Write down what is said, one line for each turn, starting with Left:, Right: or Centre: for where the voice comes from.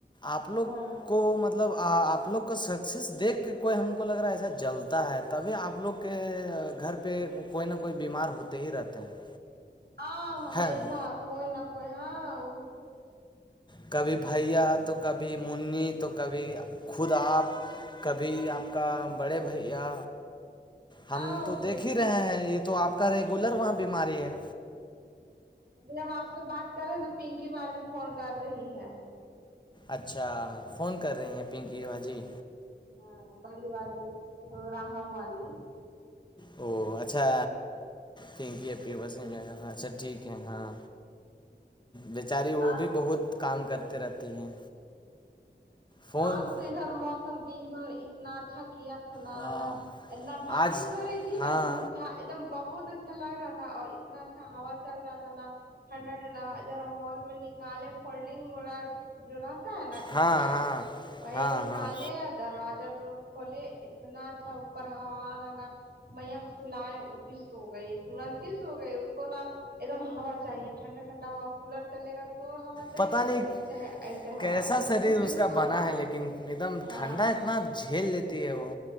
Left: آپ لوگ
Right: ہاں
Left: کو مط مطلب آپ لوگ کا سکسیس دیکھ کے کوئی ہم کو لگ رہا ہے ایسا جلتا ہے تبھی آپ لوگ کہ گھر پہ کوئی نہ کوئی بیمار ہوتے ہی رہتے ہیں
Right: ہاں ہمیشہ
Left: ہے نا
Right: کوئی نہ کوئی ہاں ؤ
Left: کبھی بھیا تو کبھی منی تو کبھی خود آپ کبھی آپ کا بڑے بھیا ہم
Right: ہاں وہ
Left: تو دیکھ
Right: ہاں
Left: ہی رہے ہیں یہ تو آپ کا ریگولر وہاں بیماری ہے
Right: ابھی ہم آپ سے بات کر رہے تو پنکی بجی فون کر رہی ہے
Left: اچھا فون کر رہی ہیں پنکی باجی
Right: ہاں بڑی والی اور راہم والی
Left: او اچھا تھینکی <unintelligible> اچھا ٹھیک ہے ہاں بیچاری وہ
Right: اور
Left: بھی
Right: سب
Left: بہت
Right: بڑھیا
Left: کام
Right: نا
Left: کرتے رہتی ہیں فون
Right: آج تو ادھر موسم دن بھر اتنا اچھا کیا تھا نا
Left: ہاں
Right: الله نہ بارش
Left: آج
Right: ہو رہی تھی
Left: ہاں
Right: نہ دھوپ تھا ایک دم بہت اچ چھا لگ رہا تھا اور اتنا اچھا ہوا چل رہا تھا نا ٹھنڈا ٹھنڈا ادھر ہال میں نیکالے پہڑلنگ <unintelligible> جو رہتا ہے نا کھٹیا
Left: ہاں ہاں
Right: یہ
Left: ہاں
Right: نکالے
Left: ہاں
Right: دروازہ ڈور کھولے اتنا اچھا اوپر ہوا ارہا نا مینک سلائے اوپس سوگئی تورنت ہی سوگئی اس کو نا ایک دم ہوا چاہیے ٹھنڈا ٹھنڈا ہوا کولر چلے گا تو ہوا چاہیے
Left: پتہ نہیں
Right: چاہے ایسے ہوا
Left: کیسا شریر
Right: اس کو صرف
Left: کا
Right: ہوا
Left: بنا ہے لیکن ایک دم
Right: ہاں
Left: ٹھنڈا اتنا جھیل لیتی ہے وہ